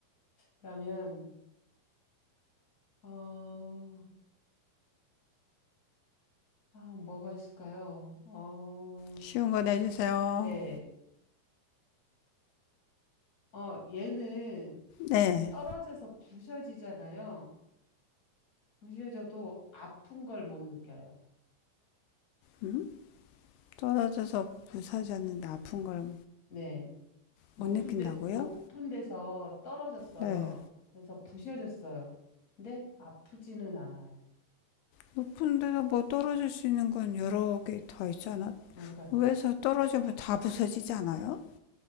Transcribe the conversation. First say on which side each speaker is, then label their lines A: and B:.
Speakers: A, on the left; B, on the left.
A: 그러면, 어, 아, 뭐가 있을까요? 어,
B: 쉬운 거 내주세요.
A: 네. 어, 얘는
B: 네.
A: 떨어져서 부셔지잖아요. 부셔져도 아픈 걸 못 느껴요.
B: 음? 떨어져서 부서졌는데 아픈 걸
A: 네. 높은
B: 못 느낀다고요?
A: 데, 높은 데서 떨어졌어요.
B: 네.
A: 그래서 부셔졌어요. 근데 아프지는 않아요.
B: 높은 데서 뭐 떨어질 수 있는 건 여러 개 다 있잖아.
A: 어, 그러니까,
B: 위에서 떨어지면 다 부서지지 않아요?